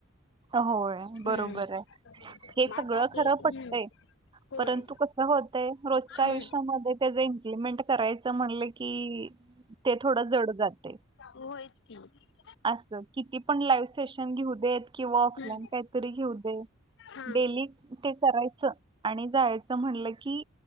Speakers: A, on the right; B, on the left.
A: होय
B: हम्म
A: बरोबर आहे हे सगळं
B: मग आता आपलं
A: खरं
B: हम्म
A: पटतय.
B: होय.
A: परंतु कस होतय रोजच्या
B: हम्म.
A: आयुष्यामध्ये त्याच इम्प्लिमेंट करायचं म्हणलं की ते थोडं जड जातय.
B: होयच हम्म.
A: असं किती पण लाईव्ह सेशन घेऊ देत किंवा ऑफलाईन
B: हम्म.
A: काहीतरी घेऊ दे.
B: हा.
A: डेली ते करायचं आणि जायचं म्हणलं की